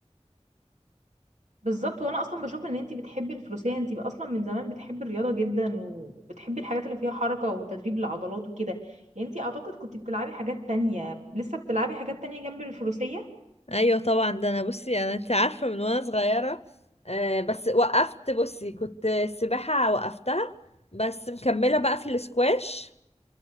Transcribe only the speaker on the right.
بالظبط وانا اصلا بشوف ان انتي بتحبي الفروسية انتي اصلا من زمان بتحبي الرياضة جدا وبتحبي الحاجات اللي فيها حركة وتدريب العضلات وكده يعني انتي اعتقد كنت بتلعبي حاجات تانية لسه بتلعبي حاجات تانية جنب الفروسية